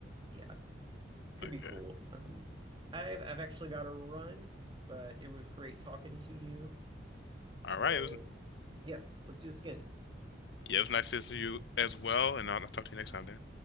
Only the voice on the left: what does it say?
okay.
All right. It was
yeah, it was nice to see you as well, and I'll, I'll talk to you next time, Dan.